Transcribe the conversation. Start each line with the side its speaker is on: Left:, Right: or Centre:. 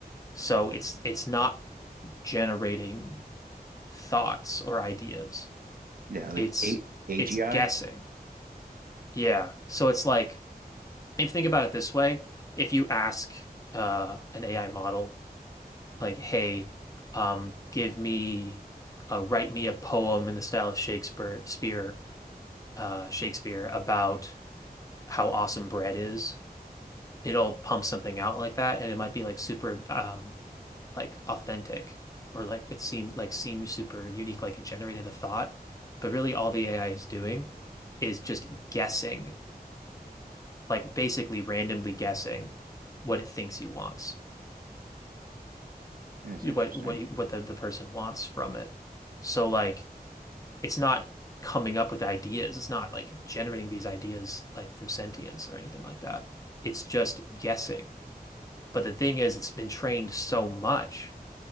Left: So it's it's not generating thoughts or ideas.
Right: yeah, like
Left: It's
Right: A AGI.
Left: it's guessing. Yeah. So it's like if you think about it this way, if you ask uh, an AI model like, "Hey, um, give me uh, write me a poem in the style of Shakespeare, Spear, uh, Shakespeare about how awesome bread is," it'll pump something out like that, and it might be like super um, like authentic or like it seemed like seemed super unique, like it generated a thought. But really all the AI is doing is just guessing, like basically randomly guessing what it thinks he wants,
Right: That is interesting.
Left: what what you, what the, the person wants from it. So like it's not coming up with ideas. It's not like generating these ideas like from sentience or anything like that. It's just guessing. But the thing is, it's been trained so much,